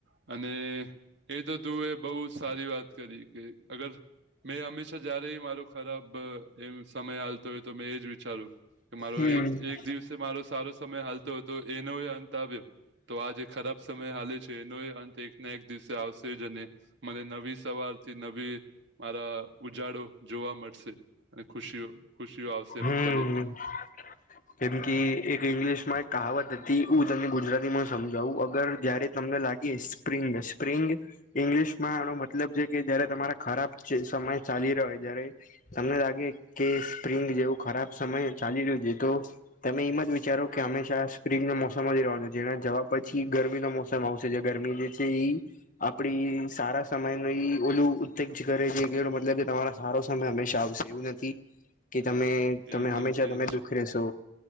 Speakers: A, on the right; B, on the left.
A: અને એ તો, તું એ બહુ સારી વાત કરી કે અગર મેં હંમેશા જ્યારે મારો ખરાબ એમ સમય હાલ તો, તો મેં એ જ વિચાર્યું કે મારો
B: હમ
A: એક એક દિવસ મારો સારો સમય ચાલતો હતો એનો અંત આવ્યો તો આજ ખરાબ સમય હાલે છે એનો અંત એક, ના એક દિવસે આવશે જ અને મને નવી સવાર થી, નવી મારા ઉજાડો જોવા મળશે, અને ખુશીઓ ખુશીઓ આવશે
B: હમ્મ
A: ફરીથી
B: હ કેમ કે એક ઇંગ્લિશ માં એક કહાવત હતી હું તમને ગુજરાતી માં સમજાવું અગર જયારે તમને લાગે. એ સ્પ્રિંગ, સ્પ્રિંગ ઈંગ્લિશમાંનો મતલબ છે. કે જયારે તમારા ખરાબ સમય ચાલી રહ્યો જય્યારે તમને લાગે, કે સ્પ્રિંગ જેવું ખરાબ સમયે ચાલી રો દીધુ તમે એમ જ વિચારો કે હંમેશા સ્પ્રિંગનો મોસમ, જ રહવાનો જેના જવાબ પછી ગરમીનો મોસમ સમ આવશે જે, ગરમી જે છે ઈ આપડી સારા સમયની ઓલું ઉત્તેજ, કરે જે એનો મતલબ જે તમારા સારો સમય હંમેશા આવશે, એવું નથી કે તમે તમે
A: એ જે
B: હંમેશા
A: જે
B: તમે
A: જ
B: દુઃખ રેશો.